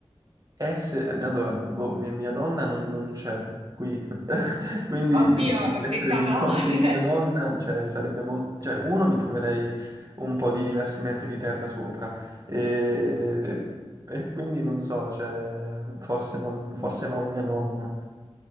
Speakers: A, on the right; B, on the right.
A: Eh, se- allora, mo- mia, mia nonna non, non c'è qui, <laughs> quindi
B: Oddio,
A: il-
B: l'ho
A: essere
B: beccata
A: nel corpo
B: male.
A: di
B: <laughs>
A: mia nonna, cioè, sarebbe molto... Cioè, uno, mi troverei un po' di diversi metri di terra sopra, e, e quindi non so, cioè, forse non, forse non mia nonna.